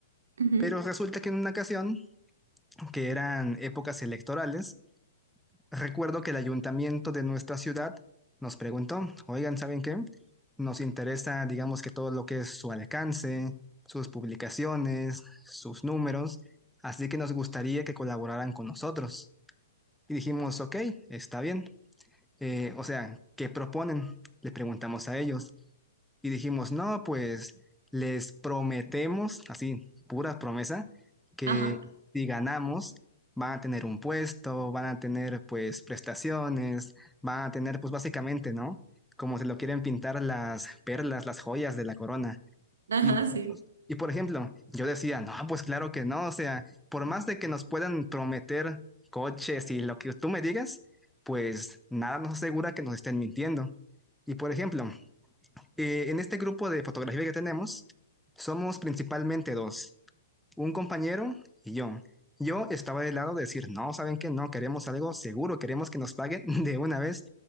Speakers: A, on the right; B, in the centre.
A: ujú.
B: Pero resulta que en una ocasión, que eran épocas electorales, recuerdo que el ayuntamiento de nuestra ciudad nos preguntó, oigan, ¿saben qué? Nos interesa, digamos, que todo lo que es su alcance, sus publicaciones, sus números, así que nos gustaría que colaboraran con nosotros. Y dijimos, ok, está bien. Eh, o sea, ¿qué proponen? Le preguntamos a ellos. Y dijimos, no, pues les prometemos, así, pura promesa, que
A: Ajá,
B: si ganamos, van a tener un puesto, van a tener pues prestaciones, van a tener pues básicamente, ¿no? Como se lo quieren pintar las perlas, las joyas de la corona.
A: ajá,
B: Y nosotros,
A: sí,
B: y por ejemplo, yo decía, no, pues claro que no, o sea, por más de que nos puedan prometer coches y lo que tú me digas, pues nada nos asegura que nos estén mintiendo. Y por ejemplo, eh, en este grupo de fotografía que tenemos, somos principalmente dos un compañero y yo. Yo estaba del lado de decir, no, ¿saben qué? No, queremos algo seguro, queremos que nos paguen <laughs> de una vez.